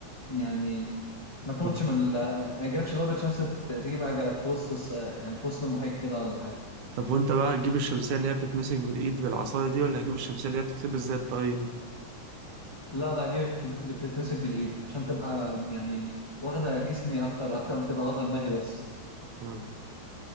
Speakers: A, on the left (about 15°); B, on the right (about 85°).
A: يعني ما تموتش
B: مم.
A: من ال- ما يجيلكش ضربة شمس ت- تجيب اجلك في وسط الس- يعني في وسط المحيط كده ولا حاجة
B: طب وانت بقى هتجيب الشمسية اللي هي بتتمسك بالايد بالعصاية دي ولا هتجيب الشمسية اللي هي بتتلبس زي الطاقية دي
A: لا لا دي بتت- بتتمسك بالايد عشان تبقى يعني واخدة جسمي اكتر اكتر ما تبقى واخدة دماغي بس
B: مم.